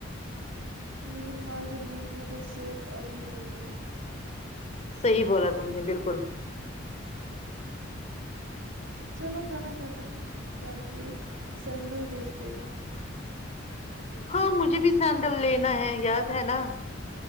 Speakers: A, on the right (about 75°); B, on the left (about 35°).
A: لیکن مارکیٹ گھومنے کا شوق اب بھی وہی ہے
B: صحی بولا تم نے بالکل
A: چلو کھانا ختم کر کے سینڈل دیکھتے ہیں
B: ہاں مجھے بھی سینڈل لینا ہے یاد ہے نا